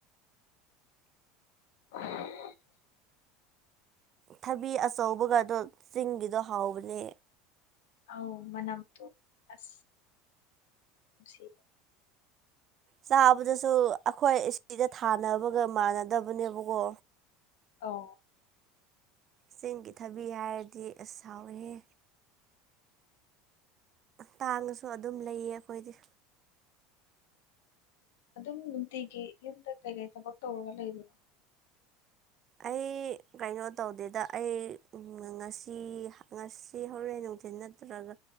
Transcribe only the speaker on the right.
ꯊꯕꯤ ꯑꯆꯧꯕꯒꯗꯣ ꯆꯤꯡꯒꯤꯗꯣ ꯍꯥꯎꯕꯅꯦ꯫
ꯆꯥꯕꯗꯁꯨ ꯑꯩꯈꯣꯏ ꯑꯁꯤꯗ ꯊꯥꯅꯕꯒ ꯃꯥꯟꯅꯗꯕꯅꯦꯕꯒꯣ
ꯆꯦꯡꯒꯤ ꯊꯕꯤ ꯍꯥꯏꯔꯗꯤ ꯑꯁ ꯍꯥꯎꯋꯦꯍꯦ ꯇꯥꯡꯉꯁꯨ ꯑꯗꯨꯝ ꯂꯩꯌꯦ ꯑꯈꯣꯏꯗꯤ
ꯑꯩ ꯀꯩꯅꯣ ꯇꯧꯗꯦꯗ ꯑꯩ ꯉꯁꯤ ꯉꯁꯤ ꯍꯧꯔꯦꯟ ꯅꯨꯡꯊꯤꯟ ꯅꯠꯇ꯭ꯔꯒ